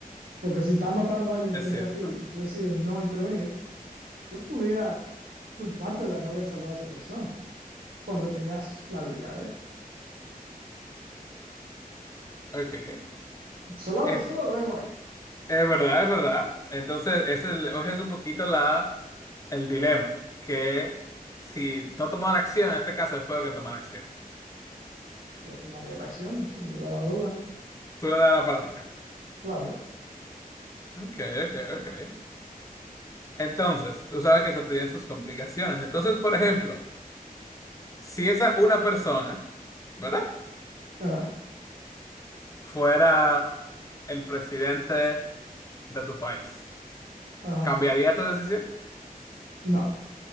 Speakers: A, on the right (about 80°); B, on the left (about 20°).
A: Porque si está matando a alguien
B: ¿Es
A: frente
B: cierto?
A: a ti y tú decides no intervenir, yo pudiera culparte de no haber salvado a esa persona cuando tenías la habilidad de...
B: Ok.
A: Solo,
B: Es,
A: solo lo dejo ahí.
B: es verdad, es verdad. Entonces, ese es, ese es un poquito la, el dilema, que si no tomar acción, en este caso es peor que tomar acción.
A: Yo tomaría la acción, sin lugar a duda.
B: Tú le das la palanca.
A: Claro.
B: Ok, ok, ok. Entonces, tú sabes que eso tiene sus complicaciones. Entonces, por ejemplo, si esa una persona, ¿verdad?
A: Ajá,
B: Fuera el presidente de tu país,
A: ajá.
B: ¿cambiaría tu decisión?
A: No,